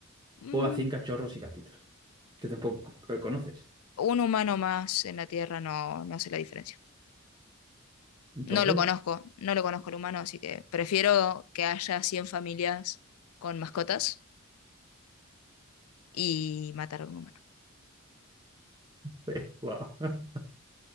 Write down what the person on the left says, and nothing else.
Mm,
un humano más en la Tierra no, no sé la diferencia.
No lo conozco, no lo conozco el humano, así que prefiero que haya 100 familias con mascotas y matar a un humano.